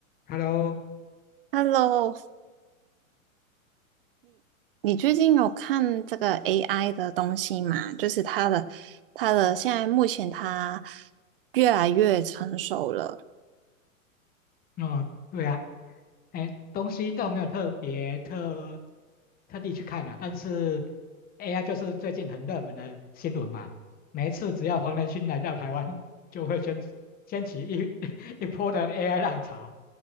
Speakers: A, on the left; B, on the right.
A: Hello，
B: Hello，你最近有看这个 AI 的东西吗？就是它的，它的现在目前它越来越成熟了，
A: 哦，对啊，哎，东西倒没有特别特特地去看啊，但是 AI 就是最近很热门的新闻嘛，每一次只要黄仁勋来到台湾，就会掀起掀起一 <laughs> 一波的 AI 浪潮。